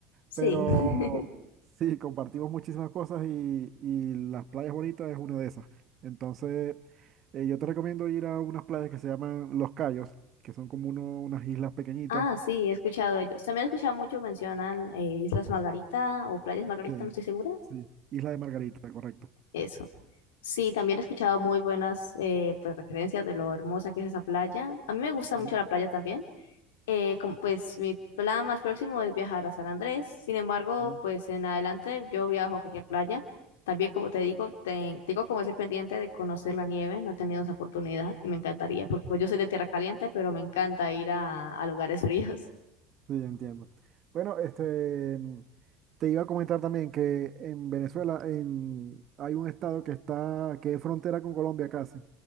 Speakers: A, on the left; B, on the right.
A: sí.
B: pero
A: <laughs>
B: sí, compartimos muchísimas cosas y, y las playas bonitas es una de esas. Entonces, eh, yo te recomiendo ir a unas playas que se llaman Los Cayos, que son como uno- unas islas pequeñitas.
A: Ah, sí, he escuchado de ellos. También he escuchado mucho mencionan eh, Islas Margarita o Playas Margarita,
B: Sí,
A: no estoy segura.
B: sí, Isla de Margarita, correcto.
A: Eso. Sí, también he escuchado muy buenas eh, pues, referencias de lo hermosa que es esa playa. A mí me gusta
B: Sí,
A: mucho la playa también. Eh, como, pues mi plan más próximo es viajar a San Andrés. Sin embargo,
B: ya.
A: pues en adelante yo viajo a cualquier playa. También, como te digo, te- tengo como ese pendiente de conocer la nieve. No he tenido esa oportunidad y me encantaría, porque pues, yo soy de tierra caliente, pero me encanta ir a, a lugares <laughs> fríos.
B: Sí, entiendo. Bueno, este, mm, te iba a comentar también que en Venezuela en, hay un estado que está, que es frontera con Colombia casi,